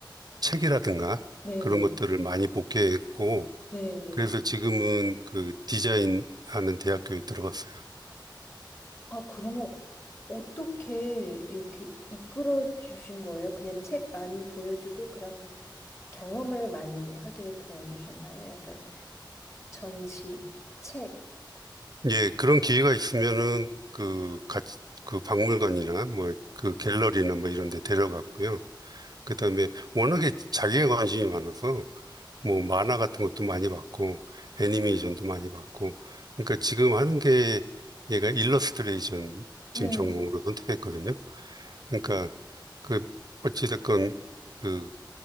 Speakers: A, on the right; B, on the left.
A: 책이라든가
B: 네,
A: 그런
B: 네,
A: 것들을 많이 복귀했고
B: 네, 네.
A: 그래서 지금은 그 디자인 하는 대학교에 들어갔어요.
B: 아, 그러면 어떻게 이렇게 이끌어 주신 거예요? 그냥 책 많이 보여주고 그럼 경험을 많이 하게 도와주셨나요? 약간 전시, 책.
A: 예, 그런 기회가 있으면은 그 같이 그 박물관이나 뭐 그 갤러리나 뭐 이런 데 데려갔고요. 그다음에
B: 음.
A: 워낙에 자기의 관심이 많아서 뭐 만화 같은 것도 많이 봤고 애니메이션도 많이 봤고 그러니까 지금 하는 게 얘가 일러스트레이션
B: 네.
A: 지금 전공으로 선택했거든요. 그러니까 그 어찌됐건 그